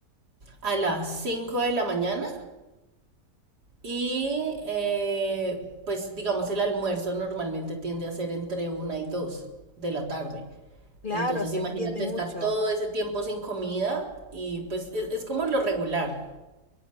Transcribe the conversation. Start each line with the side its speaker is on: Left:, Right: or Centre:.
Right: a las cinco de la mañana Y eh, pues digamos el almuerzo normalmente tiende a ser entre una y dos de la tarde.
Left: claro,
Right: Entonces
Left: se
Right: imagínate
Left: extiende mucho.
Right: estar todo ese tiempo sin comida y pues es, es como lo regular.